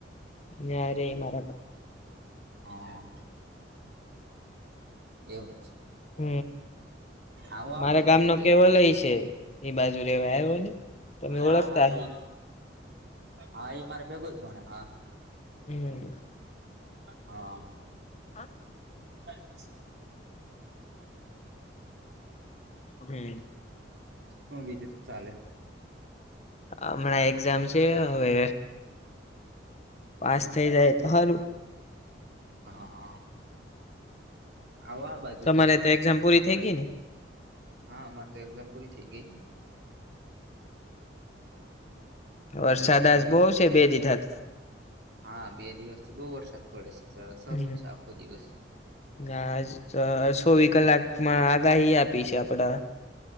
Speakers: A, on the left; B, on the right.
A: યે રે મા
B: હા, એવું છે.
A: હ
B: આવો આ
A: મારા
B: બાજુ
A: ગામ
B: એ
A: નો
B: તો
A: કેવલય છે એ બાજુ રેવા આવ્યો ને તમે
B: હા
A: ઓળખતા
B: હા એ
A: હશો
B: હા એ મારે ભેગું જ ભને હા
A: હમ
B: હા,
A: હ
B: બસ
A: હવે
B: શું બીજું શું ચાલે?
A: હમણાં એક્ઝામ છે હવે પાસ
B: હમ
A: થઇ જાય તો હારુ.
B: હા હા આવો બાજુ
A: તમારે
B: તો
A: એક્ઝામ પૂરી
B: રખડીએ.
A: થઈ ગઈ ને
B: હા અમારે તો એક્ઝામ પૂરી થઈ ગઈ.
A: વરસાદા
B: હા ટાણામાં
A: જ બ‌ઉ છે બે દીધાથી.
B: હા બે દિવસ થી બહુ વરસાદ પડે છે સ્વરૂપ
A: હમ
B: છે આખો દિવસ
A: હા ગા છોવી કલાકમાં આગાહી આપ પી છે આપડા